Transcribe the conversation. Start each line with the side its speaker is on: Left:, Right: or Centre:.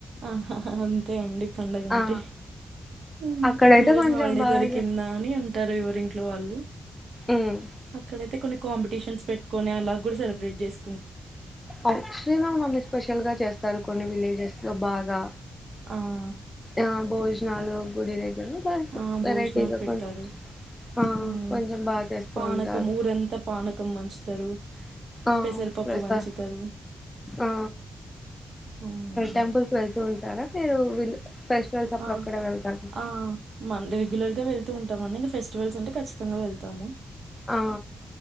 Right: ఆ అంతే అండి పండగంటే
Left: ఆ
Right: మ్మ్
Left: అక్కడైతే
Right: ఆ రోజు
Left: కొంచెం
Right: హాలిడే
Left: బాగా
Right: దొరికిందా అని ఉంటారు ఎవరిన్ ట్లో వాళ్ళు
Left: ఉమ్
Right: అక్కడైతే కొన్ని కాంపిటీషన్స్ పెట్టుకుని అలా గూడా సెలబ్రేట్ చేస్
Left: ఆ శ్రీరామనమి స్పెషల్ గా చేస్తారు కొన్ని విలేజెస్ లో బాగా
Right: ఆ!
Left: ఆ భోజనాలు గుడి దగ్ బస్
Right: ఆ
Left: వెరైటీగా
Right: భోజనాలు పెడతారు
Left: కొంచ్ ఆ
Right: ఉమ్,
Left: కొంచెం బా చేస్తూ
Right: పానకం
Left: ఉంటారు
Right: ఊరంతా పానకం పంచుతారు
Left: ఆ
Right: పెసరపప్పు
Left: ఫ్రెసా
Right: పంచుతారు
Left: ఆ
Right: అవునండి.
Left: టెంపుల్ కు వెళ్తు ఉంటారా మీరు విల్ ఫెస్టివల్స్ అప్పుడు
Right: ఆ
Left: ఒక్కడే వెళ్తారా
Right: ఆ మన్ రెగ్యులర్గా వెల్ తువుంటామండి ఇంగా ఫెస్టివల్స్ అంటే కచ్చితంగా వెళ్తాము
Left: ఆ